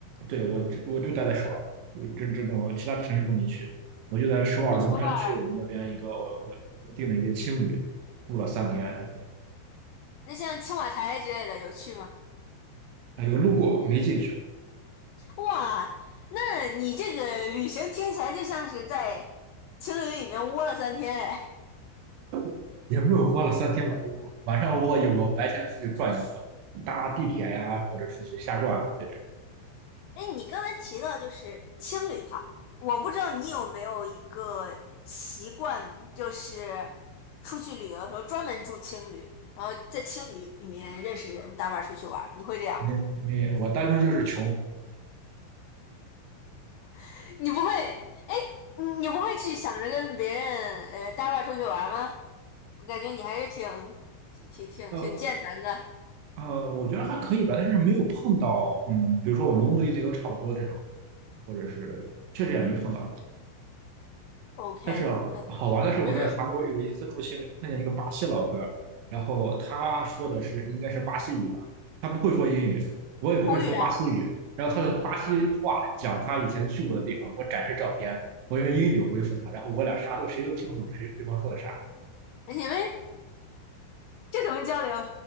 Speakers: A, on the right (about 80°); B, on the left (about 85°).
A: 对，我就我就待在首尔，我真真的我其他城市都没去，我就在首尔龙山区我们那边一个我我我订了一个青旅，
B: 是首尔。
A: 住了三天，对，
B: 那像青瓦台之类的有去吗？
A: 哎有路过没进去，
B: 哇，那你这个旅行听起来就像是在青旅里面窝了三天嘞。
A: <laughs> 也没有花了三天吧，就晚上我有我白天出去转一转，搭地铁呀或者出去瞎转，对对
B: 哎，你刚才提到就是青旅哈，我不知道你有没有一个习惯，就是出去旅游的时候专门住青旅，然后在青旅里面认识人，搭伴儿出去玩儿，你会这样吗？
A: 没没我单纯就是穷，
B: <laughs> 你不会，你你不会去想着跟别人呃搭伴儿出去玩儿吗？我感觉你还是挺挺挺挺健谈的。
A: 呃呃，我觉得还可以吧，但是没有碰到，嗯，比如说我们目的地都差不多这种，或者是确实也没碰到。
B: OK，
A: 但是好玩的是，
B: 嗯，
A: 我在韩国有一次住青旅碰见一个巴西老哥，
B: 就是
A: 然后他说的是应该是巴西语吧，他不会说英语，我也不会说巴西语，
B: 口语啊，
A: 然后他的巴西话讲他以前去过的地方，我展示照片，我用英语回复他，然后我俩啥都谁都听不懂谁对方说的啥。
B: 你们这怎么交流？